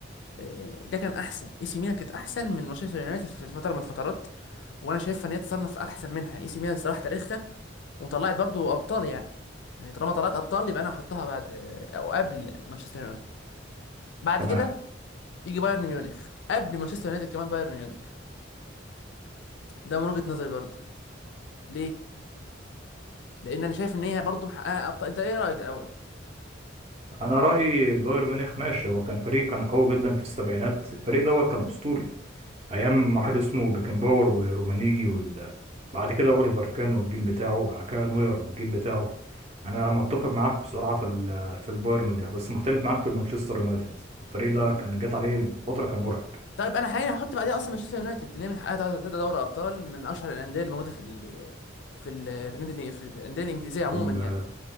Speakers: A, on the left (about 65°); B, on the right (about 30°).
A: آه، ده كان احسن اي سي ميلان كانت احسن من مانشستر يونايتد في فتره من الفترات وانا شايفها ان هي تصنف احسن منها يعني اي سي ميلان الصراحه تاريخها وطلعت برضو ابطال يعني يعني طالما طلعت ابطال يبقى انا هحطها بعد آه، او قبل مانشستر يونايتد بعد
B: تمام
A: كده تيجي بايرن ميونخ قبل مانشستر يونايتد كمان بايرن ميونخ ده من وجهه نظري برضو ليه لان انا شايف ان هي برضو محققه ابطال انت ايه رايك الاول
B: انا رايي البايرن ميونخ ماشي هو كان فريق كان قوي جدا في السبعينات الفريق دوت كان اسطوري ايام ما واحد اسمه بيكنباور ورومانيجي وال... بعد كده اوليفر كان والجيل بتاعه بعد كده نوير والجيل بتاعه انا متفق معاك بصراحه في ال... في البايرن ميونخ بس مختلف معاك في المانشستر يونايتد الفريق ده
A: مم.
B: كان جات عليه فتره كان مرعب
A: طيب انا حاليا هحط بعديها اصلا مانشستر يونايتد اللي هي من حققها تلاتة دوري ابطال من اشهر الانديه اللي موجوده في ال... في ال... في النادي اللي- في الانديه الانجليزيه عموما
B: في ال...
A: يعني